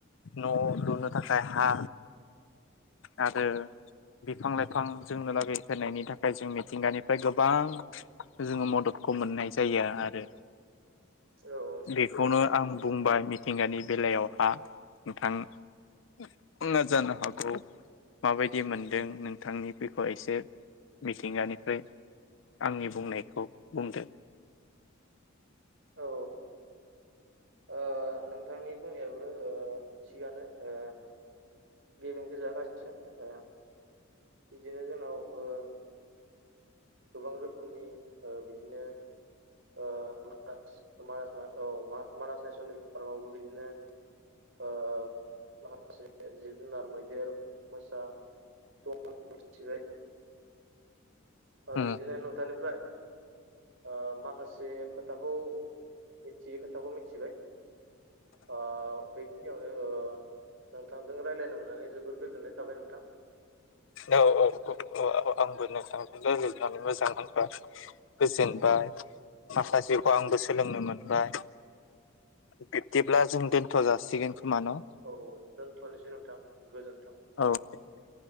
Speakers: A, on the left; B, on the right.
A: न' लुनो थाखाय हा आरो बिफां लाइ फां जोंनो लागै होनायनि थाखाय जों मिथिंगानिफ्राय गोबां जोङो मददखौ मोननाय जायो आरो
B: औ नोंथां
A: बेखौनो
B: थारैनो
A: आं बुंबाय मिथिंगानि बेलायावहा नोंथांना जानो हागौ माबायदि मोनदों नोंथांनि बेखौ एसे मिथिंगानिफ्राय आंनि बुंनायखौ बुंदो।
B: औ ओ नोंथांनि बुंनायाबो ओ थिगानो ओ गेबें गोजा गासिबो ओ बिदिनो जोंनाव ओ गोबां रोखोमनि ओ बिदिनो ओ मानास मानास मा औ मानास मानास नेसनेलनि पार्कआवबो बिदिनो ओ माखासे जिब जुनार मैदेर मोसा दं मिथिबाय
A: औ
B: बिदिनो नोंथांनिफ्राय ओ माखासे खोथाखौ मिथियै खोथाखौ मिथिबाय आ बेखिनियावनो ओ नोंथांजों रायज्लायनो मोननानै जोबोर गोजोननाय थाबाय नोंथां
A: औ औ आंबो नोंथांजों
B: औ
A: रालायनानै मोजां मोनबाय गोजोनबाय माखासेखौ आंबो सोलोंनो
B: औ
A: मोनबाय बिब्दिब्ला जों दोनथ' जासिगोन खोमा न'
B: औ दोनथ'नोसै नोंथां गोजोन
A: औे दे